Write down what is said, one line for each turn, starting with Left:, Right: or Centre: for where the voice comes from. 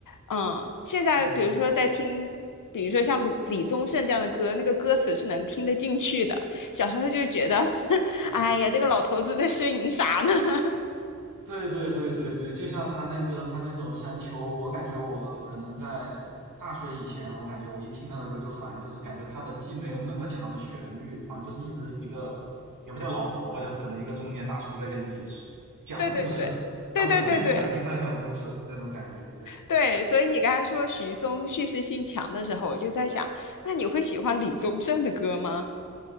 Left: 嗯，现在比如说在听，
Right: 嗯，
Left: 比如说像鲁李宗盛这样的歌，那个歌词是能听得进去的。小时候就觉得，<laughs>
Right: 对，
Left: 哎呀，这个老头子在呻吟啥呢？<laughs>
Right: 对，对，对，对，对，对，就像他那个他那首《山丘》，我感觉我可能在大学以前，我感觉我一听他的歌就烦，就是感觉他的既没有那么强的旋律，好像就是一直一个，也不叫老头吧，就是可能一个中年大叔在跟你 s- 讲故事，
Left: 对对对。对对对对
Right: 但我并不想听他讲故事那种感觉，对。
Left: 对，所以你刚才说许嵩叙事性强的时候，我就在想，那你会喜欢李宗盛的歌吗？